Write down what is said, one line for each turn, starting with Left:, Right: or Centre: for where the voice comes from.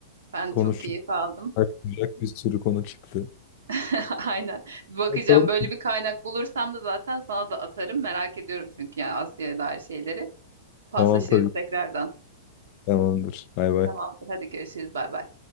Right: Ben de
Left: Konuştuk.
Right: çok keyif aldım.
Left: Aklayacak bir sürü konu çıktı.
Right: <laughs> Aynen. Bir bakacağım
Left: Bakalım.
Right: böyle bir kaynak bulursam da zaten sana da atarım. Merak ediyorum çünkü yani Asya'ya dair şeyleri. Paslaşırız
Left: Tamam tabii.
Right: tekrardan.
Left: Tamamdır. Bay bay.
Right: Tamamdır. Hadi görüşürüz. Bay bay.